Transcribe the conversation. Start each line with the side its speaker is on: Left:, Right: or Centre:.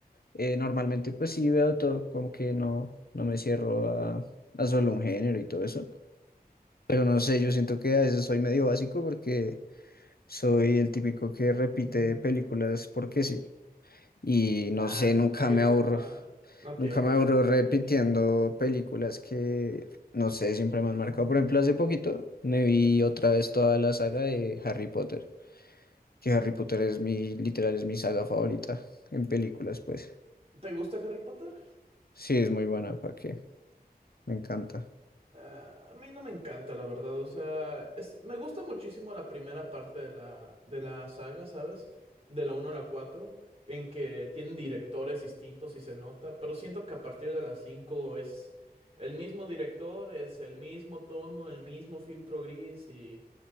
Left: eh, normalmente pues sí veo todo, como que no, no me cierro a, a solo un género y todo eso. Pero no sé, yo siento que a veces soy medio básico porque soy el típico que repite películas porque sí. Y no
Right: Ah,
Left: sé,
Right: no,
Left: nunca
Right: no tiene
Left: me
Right: nada
Left: aburro.
Right: de mal. No tiene
Left: Nunca
Right: nada
Left: me aburro
Right: de malo.
Left: repitiendo películas que, no sé, siempre me han marcado. Por ejemplo, hace poquito me vi otra vez toda la saga de Harry Potter que Harry Potter es mi, literal, es mi saga favorita en películas, pues.
Right: ¿Te gusta Harry Potter?
Left: Sí, es muy buena, ¿para qué? Me encanta.
Right: Ah, a mí no me encanta, la verdad. O sea, es- me gusta muchísimo la primera parte de la, de la saga, ¿sabes? De la uno a la 4, en que tienen directores distintos y se nota, pero siento que a partir de la 5 es el mismo director, es el mismo tono, el mismo filtro gris y.